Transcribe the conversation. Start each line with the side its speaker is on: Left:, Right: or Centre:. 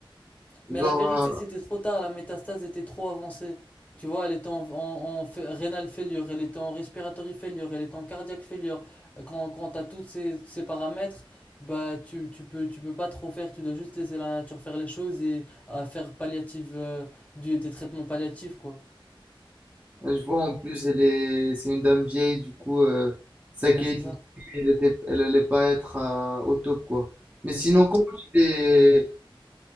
Right: Genre,
Left: Mais la vérité, c'était trop tard, la métastase était trop avancée. Tu vois, elle était en, en, en fa- renal failure, elle était en respiratory failure, elle était en cardiaque failure. Quand, quand t'as tous ces, ces paramètres, bah tu, tu peux tu peux pas trop faire, tu dois juste laisser la nature faire les choses et à faire palliative euh, du, des traitements palliatifs quoi.
Right: euh, je vois en plus, elle est, c'est une dame vieille, du coup, euh, sa
Left: Mais
Right: qualité
Left: c'est ça,
Right: de vie, elle était, elle allait pas être euh, au top, quoi. Mais
Left: c'est
Right: sinon,
Left: ça.
Right: comment tu t'es